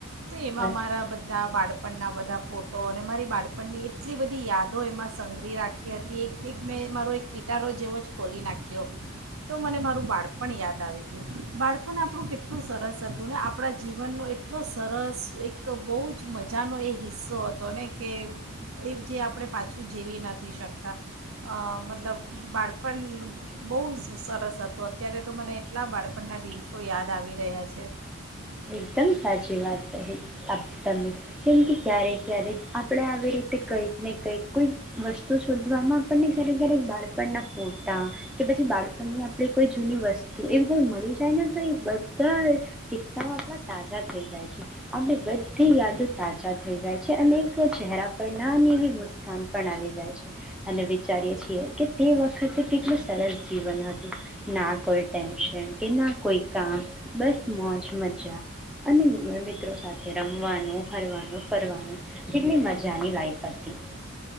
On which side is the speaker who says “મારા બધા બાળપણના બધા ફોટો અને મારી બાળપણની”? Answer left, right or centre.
Right